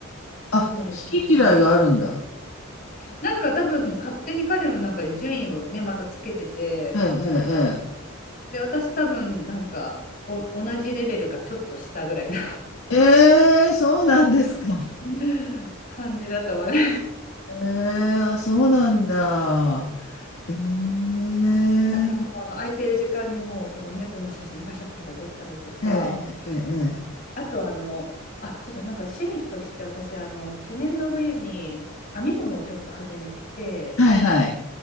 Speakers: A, on the left; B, on the left.
A: あ、
B: そうですね。
A: 好き嫌いがあるんだ。
B: なんか多分勝手に彼の中で順位をね、またつけてて、
A: ええ、
B: で、私多分なんかお同じレベルかちょっと下ぐらいな
A: ええ、ええ。ええ、そうなんですか。
B: <laughs> 感じだったわね。
A: ええ、あ、そうなんだ。ええ。
B: だからもうあの空いてる時間にもうその猫の写真パシャパシャ撮ったりとか、
A: ええええええ
B: あとあの、あ、そうだ、なんか趣味として私、あの、去年の冬に編み物をちょっと始めて、
A: はいはい。